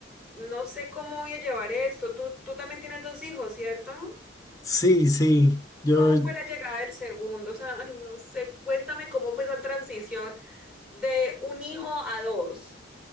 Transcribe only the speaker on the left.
sí, sí. Yo,